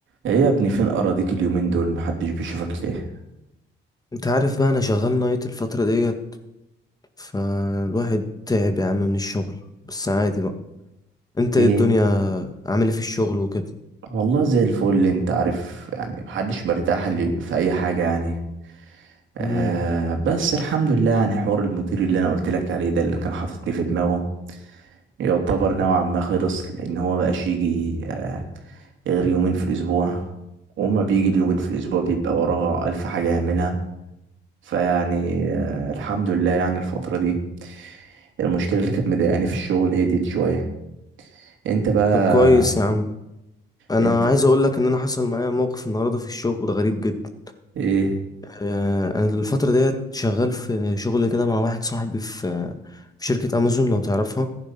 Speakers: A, on the right (about 75°); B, on the left (about 20°).
A: ايه يا ابني فين اراضيك اليومين دول محدش بيشوفك ليه
B: انت عارف بقى انا شغال نايت الفترة ديت فالواحد تعب يا عم من الشغل بس عادي بقى انت
A: ايه
B: ايه الدنيا عامل ايه في الشغل وكده
A: والله زي الفل اللي انت عارف يعني محدش مرتاح لي في اي حاجة يعني آه
B: مم.
A: بس الحمد لله يعني حوار المدير اللي انا قلت لك عليه ده اللي كان حاططني في دماغه يعتبر نوعا ما خلص لان هو مبقاش يجي آه غير يومين في الاسبوع وما بيجي اليومين في الاسبوع بيبقى وراه الف حاجة يعملها فيعني آه الحمد لله يعني الفترة دي المشكلة اللي كانت مضايقاني في الشغل هديت شوية انت بقى
B: طب كويس يا عم انا
A: انت
B: عايز اقول لك ان انا حصل معايا موقف النهارده في الشغل غريب جدا
A: ايه
B: آه، انا الفترة ديت شغال في شغل كده مع واحد صاحبي في في شركة امازون لو تعرفها